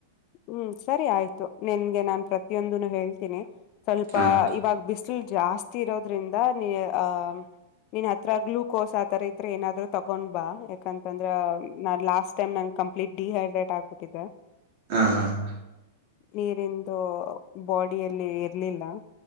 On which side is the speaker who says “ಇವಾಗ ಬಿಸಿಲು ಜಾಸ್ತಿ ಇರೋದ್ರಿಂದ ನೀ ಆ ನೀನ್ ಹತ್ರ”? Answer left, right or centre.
Left